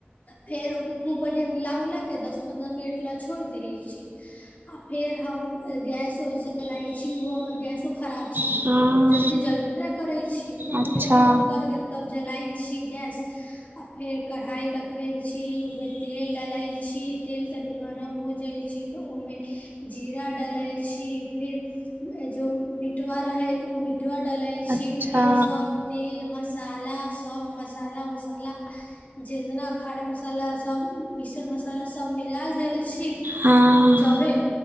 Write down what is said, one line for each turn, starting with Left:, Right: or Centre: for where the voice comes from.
Left: आ फेर ओकरा खूब बढ़िआं मिला उला क दस पन्द्रह मिनट ले छोड़ि दैत छी आ फेर हम गैसो जलाई छी ओहो हमर गैसो खराब छी।
Right: हँ
Left: जल्दी जलबे ना करै छी। खूब मेहनत
Right: अच्छा
Left: उहनत करके तब जलाइ छी गैस आ फेर कढ़ाइ रख ओहिमे तेल डालै छी तेल तनी गरम हो जाइ छी त ओहिमे जीरा डलाइ छी फिर उ जो मिटवा रहै ओ मिट ट डालै छी
Right: अच्छा अच्छा
Left: फेरसप तेल मसाला सब मसाला वसाला जेितना खरा मसाला सभ, पीसल मसाला सभ मिला देल छी
Right: हँ
Left: जड़े,